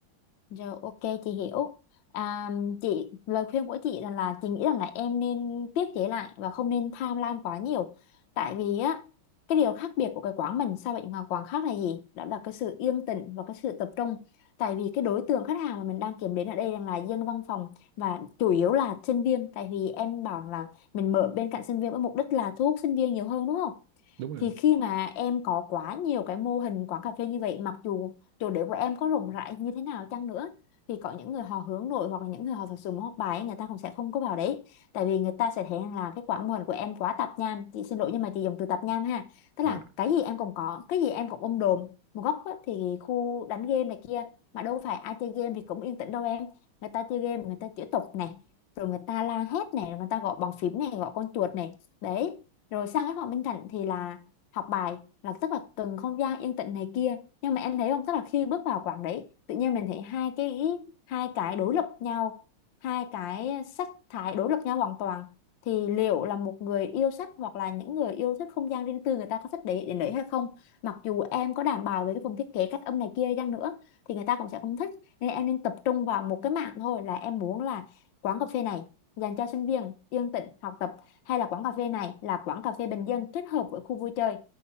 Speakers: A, on the left; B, on the right.
A: Rồi ok chị hiểu. À, chị lời khuyên của chị là là chị nghĩ rằng là em nên tiết chế lại và không nên tham lam quá nhiều. Tại vì á cái điều khác biệt của cái quán mình so với những hàng quán khác là gì? Đó là cái sự yên tĩnh và cái sự tập trung. Tại vì cái đối tượng khách hàng mà mình đang kiểm đến ở đây đang là dân văn phòng và chủ yếu là sinh viên. Tại vì em bảo là mình mở bên cạnh sinh viên với mục đích là thu hút sinh viên nhiều hơn đúng không?
B: đúng rồi
A: thì khi mà em có quá nhiều cái mô hình quán cà phê như vậy mặc dù chủ đề của em có rộng rãi như thế nào chăng nữa thì có những người họ hướng nội hoặc là những người họ thật sự muốn học bài ấy, người ta cũng sẽ không có vào đấy tại vì người ta sẽ thấy rằng là cái quả mô hình của em quá tạp nham chị xin lỗi nhưng mà chị dùng từ tạp nham ha tức
B: à,
A: là cái gì em cũng có cái gì em cũng ôm đồm một góc á, thì khu đánh game này kia mà đâu phải ai chơi game thì cũng yên tĩnh đâu em người ta chơi game người ta chửi tục này rồi người ta la hét này rồi người ta gõ bàn phím này gõ con chuột này đấy rồi sang cái phòng bên cạnh thì là học bài là tức là cần không gian yên tĩnh này kia nhưng mà em thấy không tức là khi bước vào quảng đấy tự nhiên mình thấy hai cái hai cái đối lập nhau hai cái sắc thái đối lập nhau hoàn toàn thì liệu là một người yêu sách hoặc là những người yêu thích không gian riêng tư người ta có thích đấy đến đấy hay không mặc dù em có đảm bảo về cái phần thiết kế cách âm này kia đi chăng nữa thì người ta cũng sẽ không thích nên em nên tập trung vào một cái mảng thôi là em muốn là quán cà phê này dành cho sinh viên yên tĩnh học tập hay là quán cà phê này là quán cà phê bình dân kết hợp với khu vui chơi